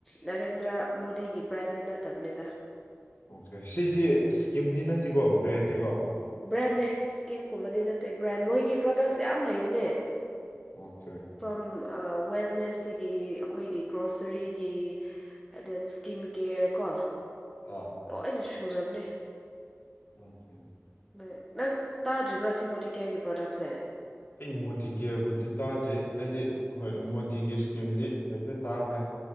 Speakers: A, in the centre; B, on the left (about 45°).
A: ꯅꯔꯦꯟꯗ꯭ꯔ ꯃꯣꯗꯤꯒꯤ ꯕ꯭ꯔꯥꯟꯗꯤ ꯅꯠꯇꯕꯅꯦꯗ
B: ꯑꯣꯀꯦ ꯁꯤꯁꯤ ꯁ꯭ꯀꯤꯝꯗꯤ ꯅꯠꯇꯦꯀꯣ ꯕ꯭ꯔꯦꯟꯅꯦꯀꯣ
A: ꯕ꯭ꯔꯦꯟꯅꯦ ꯁ꯭ꯀꯤꯝ ꯀꯨꯝꯕꯗꯤ ꯅꯠꯇꯦ ꯕ꯭ꯔꯦꯟ ꯃꯣꯏꯒꯤ ꯄ꯭ꯔꯣꯗꯛꯁ ꯌꯥꯝ ꯂꯩꯕꯅꯦ
B: ꯑꯣꯀꯦ
A: ꯐ꯭ꯔꯣꯝ ꯑꯥ ꯋꯦꯜꯅꯦꯁꯇꯒꯤ ꯑꯩꯈꯣꯏꯒꯤ ꯒ꯭ꯔꯣꯁꯔꯤꯒꯤ ꯑꯦꯟ ꯗꯦꯟ ꯁ꯭ꯀꯤꯟ ꯀꯦꯌꯔ ꯀꯣ
B: ꯑꯣ
A: ꯂꯣꯏꯅ ꯁꯨꯔꯕꯅꯦ
B: ꯑꯣꯀꯦ
A: ꯅꯦ ꯅꯪ ꯇꯥꯗ꯭ꯔꯤꯕ꯭ꯔꯥ ꯁꯤ ꯃꯣꯗꯤ ꯀꯦꯌꯔꯒꯤ ꯄ꯭ꯔꯣꯗꯛꯁꯦ
B: ꯑꯩ ꯃꯣꯗꯤ ꯀꯦꯌꯔꯕꯨꯗꯤ ꯇꯥꯗ꯭ꯔꯤ ꯑꯩꯗꯤ ꯍꯣꯏ ꯃꯣꯗꯤꯒꯤ ꯏꯁꯀꯤꯝꯗꯤ ꯍꯥꯏꯐꯦꯠ ꯇꯥꯈ꯭ꯔꯦ